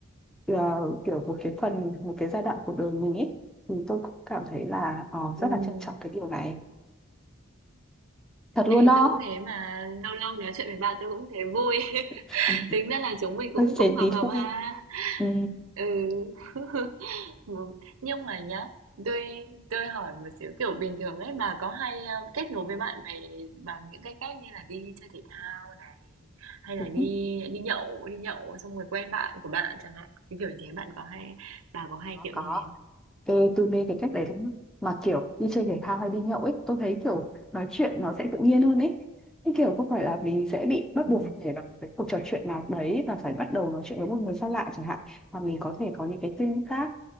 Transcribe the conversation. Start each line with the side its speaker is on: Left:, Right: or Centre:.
Centre: ờ, kiểu một cái phần một cái giai đoạn cuộc đời mình ấy thì tôi cũng cảm thấy là ờ,
Right: Ừm.
Centre: rất là trân trọng cái điều này thật luôn
Right: Ê,
Centre: đó
Right: tôi cũng thế mà lâu lâu nói chuyện với bà tôi cũng thấy vui. <laughs>
Centre: <laughs>
Right: Tính ra là chúng mình cũng
Centre: hơi xế
Right: cũng hợp
Centre: tí
Right: hợp
Centre: phui
Right: ha.
Centre: ừ,
Right: Ừ. <laughs> Ừ. Nhưng mà nhá, tôi tôi hỏi một xíu kiểu bình thường ấy bà có hay um, kết nối với bạn bè bằng những cái cách như là đi chơi thể thao này hay là
Centre: đúng.
Right: đi đi nhậu, đi nhậu xong rồi quen bạn của bạn chẳng hạn. Cái kiểu như thế bạn có hay bà có hay
Centre: có
Right: kiểu
Centre: có
Right: như thế không?
Centre: tôi, tôi mê cái cách đấy lắm mà kiểu đi chơi thể thao hay đi nhậu ấy tôi thấy kiểu nói chuyện nó sẽ tự nhiên hơn ấy cái kiểu không phải là mình sẽ bị bắt
Right: Ừ.
Centre: buộc phải nhảy vào một cái cuộc trò chuyện nào đấy và phải bắt đầu nói chuyện với một người xa lạ chẳng hạn mà mình có thể có những cái tương tác